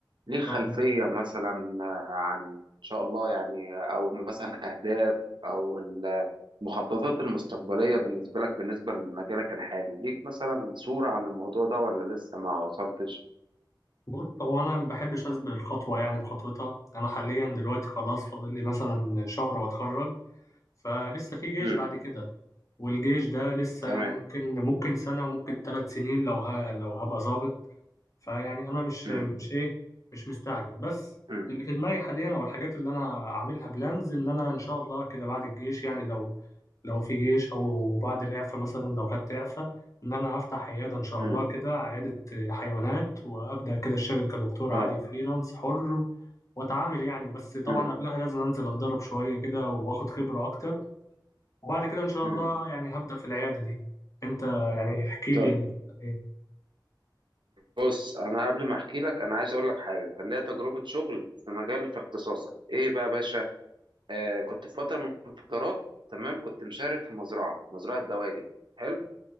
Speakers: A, on the right; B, on the left.
A: ليه خلفية
B: <laughs>
A: مثلا عن إن شاء الله يعني أو مثلا أهداف أو المخططات المستقبلية بالنسبة لك بالنسبة لمجالك الحالي ليك مثلا صورة عن الموضوع ده ولا لسه ما وصلتش؟
B: بص هو انا ما بحبش اسبق الخطوه يعني بخطوتها انا حاليا دلوقتي خلاص فاضل لي مثلا شهر واتخرج فلسه في جيش
A: امم
B: بعد كده والجيش ده لسه
A: تمام
B: يعني ممكن ممكن سنه وممكن ثلاث سنين لو ها لو هبقى ظابط فيعني انا مش
A: امم
B: مش ايه مش مستعجل بس
A: امم
B: اللي في دماغي حاليا او الحاجات اللي انا عاملها بلانز ان انا ان شاء الله كده بعد الجيش يعني لو لو في جيش او بعد الاعفاء مثلا لو خدت اعفاء ان انا افتح عياده ان شاء
A: امم
B: الله كده عياده حيوانات وابدا كده اشتغل كدكتور عادي
A: اه
B: فريلانس حر واتعامل يعني بس طبعا
A: امم
B: قبلها لازم انزل اتدرب شويه كده واخد خبره اكتر وبعد كده ان شاء
A: امم
B: الله يعني هبدا في العياده دي انت يعني احكي
A: طيب
B: لي انت ايه
A: بص أنا قبل ما أحكي لك أنا عايز أقول لك حاجة كان ليا تجربة شغل في مجال في اختصاصك إيه بقى يا باشا؟ آه كنت في فترة من الفترات تمام كنت مشارك في مزرعة مزرعة دواجن حلو